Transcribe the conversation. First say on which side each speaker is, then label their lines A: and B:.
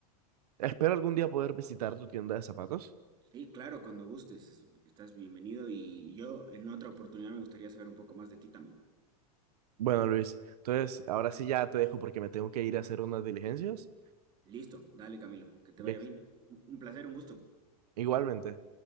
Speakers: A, on the right (about 85°); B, on the right (about 20°).
A: espero algún día poder visitar tu tienda de zapatos.
B: Sí, claro, cuando gustes, es- estás bienvenido y yo en otra oportunidad me gustaría saber un poco más de ti también.
A: Bueno, Luis, entonces ahora sí ya te dejo porque me tengo que ir a hacer unas diligencias.
B: Listo, dale, Camilo, que te
A: Listo.
B: vaya bien. Un un placer, un gusto.
A: Igualmente.